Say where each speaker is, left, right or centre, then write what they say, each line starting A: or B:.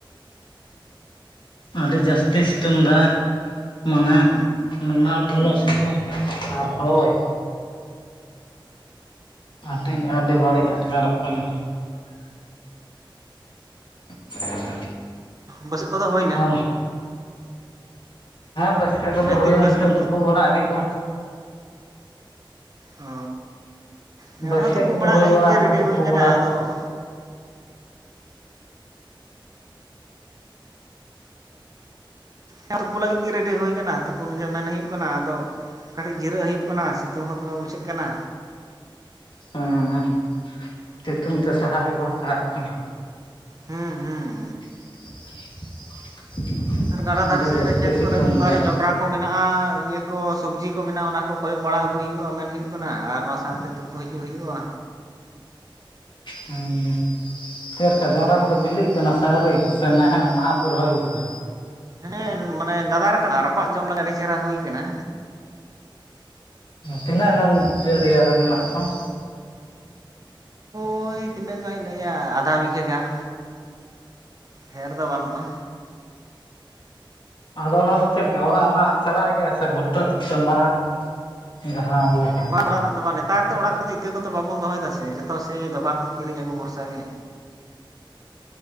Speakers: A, on the left; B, on the right.
A: ᱟᱹᱰᱤ ᱡᱟᱹᱥᱛᱤ ᱥᱤᱛᱩᱝ ᱫᱟ ᱢᱟᱱᱮ
B: ᱦᱩᱸ
A: ᱱᱚᱭᱟ ᱞᱚᱞᱚ ᱥᱤᱛᱩᱝ ᱟᱨ ᱦᱳᱭ ᱟᱴᱤ ᱟᱹᱰᱤ ᱵᱟᱹᱲᱤᱡ ᱟᱴᱠᱟᱨᱚᱜ ᱠᱟᱱᱟ <inaudible>
B: ᱵᱟ. ᱛ ᱥᱮᱫ ᱠᱚᱫᱚ ᱦᱳᱭ
A: ᱟᱨ ᱟᱨ ᱵᱟ. ᱥᱠᱟᱹᱜ ᱠᱚᱫᱚ
B: ᱢᱮᱱᱫᱟᱹᱧ
A: ᱦᱩᱭᱱᱟ
B: ᱵᱟᱹᱥᱠᱟᱹ
A: ᱱᱤᱛᱚᱜ
B: ᱠᱚᱫᱚ
A: ᱛᱩᱯᱩ ᱵᱟᱲᱟᱜ ᱦᱩᱭᱩᱜᱼᱟ
B: ᱚ ᱱᱮᱰ
A: ᱵᱟᱹᱥᱟᱹ
B: ᱦᱚᱸ ᱛᱩᱯᱩ
A: ᱠᱚᱫᱚ
B: ᱵᱟᱲᱟᱜ
A: ᱦᱩᱭ
B: ᱞᱟᱹᱜᱤᱫ
A: ᱵᱟᱲᱟᱦᱟᱱᱟ
B: ᱜᱮ ᱨᱮᱰᱤ
A: ᱛᱩᱯᱩ
B: ᱦᱩᱭ ᱠᱟᱱᱟ
A: ᱵᱟᱲᱟ
B: ᱟᱫᱚ ᱦᱮ ᱛᱩᱯᱩ ᱞᱟᱹᱜᱤᱫ ᱜᱮ ᱨᱮᱰᱤ ᱦᱩᱭ ᱠᱟᱱᱟ ᱛᱩᱯᱩᱱ ᱜᱮ ᱢᱮᱱ ᱦᱩᱭᱩᱜ ᱠᱟᱱᱟ ᱟᱫᱚ ᱠᱟᱹᱴᱤᱡ ᱡᱤᱨᱟᱹᱜ ᱦᱩᱭᱩᱜ ᱠᱟᱱᱟ ᱥᱤᱛᱩᱝ ᱦᱚᱸ ᱫᱚᱢᱮ ᱵᱩᱡᱷᱟᱹᱜ ᱠᱟᱱᱟ
A: ᱦᱮᱸ ᱦᱮᱸᱥᱤᱛᱩᱝ ᱛᱮ ᱥᱟᱦᱟᱣ ᱜᱮ ᱵᱟᱝ ᱥᱟᱦᱟᱜ ᱠᱟᱱᱟ
B: ᱦᱩᱸ ᱦᱩᱸ
A: <inaudible>
B: ᱟᱨ ᱜᱟᱰᱟ ᱫᱷᱟᱨᱮ
A: ᱟᱹᱰᱤ
B: ᱥᱮᱫ
A: ᱡᱟᱹᱥᱛᱤ
B: ᱨᱮ ᱠᱷᱮᱛ
A: ᱥᱤᱛᱩᱝ
B: ᱠᱚᱨᱮ ᱢᱤᱫ ᱵᱟᱨ
A: ᱫᱟᱭ
B: ᱡᱚᱸᱰᱨᱟ ᱠᱚ ᱢᱮᱱᱟᱜᱼᱟ ᱤᱭᱟᱹ ᱠᱚ ᱥᱚᱵᱡᱤ ᱠᱚ ᱢᱮᱱᱟᱜᱼᱟ ᱚᱱᱟ ᱠᱚ ᱠᱚᱭᱚᱜ ᱵᱟᱲᱟ ᱟᱹᱜᱩᱭ ᱦᱩᱭᱩᱜᱼᱟ ᱢᱮᱱ ᱦᱩᱭᱩᱜ ᱠᱟᱱᱟ ᱟᱨ ᱚᱱᱟ ᱥᱟᱶ ᱛᱮ ᱛᱩᱯᱩ ᱦᱤᱡᱩᱜ ᱦᱩᱭᱩᱜᱼᱟ
A: ᱦᱩᱸ ᱪᱮᱫ ᱞᱮᱠᱟ ᱡᱚᱱᱰᱨᱟ ᱠᱚᱫᱚ ᱵᱤᱞᱤᱜ ᱠᱟᱱᱟ ᱥᱮ ᱟᱣᱨᱤ ᱥᱮ ᱱᱟᱦᱟᱜ ᱱᱟᱦᱟᱜ ᱯᱮ ᱨᱚᱦᱚᱭ ᱠᱟᱫᱟ
B: ᱦᱮᱸ ᱢᱟᱱᱮ ᱜᱟᱫᱟᱨ ᱠᱟᱱᱟ ᱨᱟᱯᱟᱜ ᱡᱚᱢ ᱞᱟᱹᱜᱤᱫ ᱟᱹᱰᱤ ᱪᱮᱦᱨᱟ ᱦᱩᱭ ᱠᱟᱱᱟ
A: ᱛᱤᱱᱟᱹᱜ ᱜᱟᱱ ᱮᱨᱤᱭᱟ ᱨᱮ ᱢᱮᱱᱟᱜ ᱪᱚᱝ
B: ᱳᱭ ᱛᱤᱱᱟᱹᱜ ᱜᱟᱱ ᱞᱟᱹᱭᱟ ᱟᱫᱷᱟ ᱵᱤᱜᱷᱟᱹ ᱜᱟᱱ ᱰᱷᱮᱨ ᱫᱚ ᱵᱟᱹᱱᱩᱜᱼᱟ
A: ᱟᱫᱚ ᱚᱱᱟ ᱫᱚ ᱪᱮᱫ ᱞᱮᱠᱟ ᱚᱲᱟᱜ ᱨᱮᱱᱟᱜ ᱪᱟᱨᱟ ᱜᱮ ᱥᱮ ᱵᱷᱩᱨᱛᱟᱹ ᱛᱩᱨᱛᱟᱹ ᱢᱟᱨᱟᱝ ᱡᱟᱦᱟᱸ ᱤᱭᱟᱹ ᱠᱟᱱᱟ
B: ᱵᱟᱝ ᱚᱲᱟᱜ ᱨᱮᱱᱟᱜ ᱫᱚ ᱵᱟᱝ ᱱᱮᱛᱟᱨ ᱫᱚ ᱚᱲᱟᱜ ᱠᱚ ᱫᱚ ᱤᱛᱟᱹ ᱠᱚ ᱫᱚ ᱵᱟᱵᱚᱱ ᱫᱚᱦᱚᱭ ᱫᱟ ᱥᱮ ᱡᱚᱛᱚ ᱥᱮᱭ ᱫᱚᱠᱟᱱ ᱠᱷᱚᱱ ᱠᱤᱨᱤᱧ ᱟᱹᱜᱩ ᱵᱷᱚᱨᱥᱟ ᱜᱮ